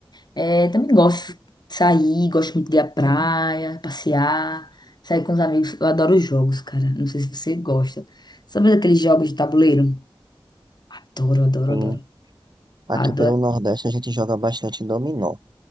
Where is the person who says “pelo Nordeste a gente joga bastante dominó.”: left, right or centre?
Right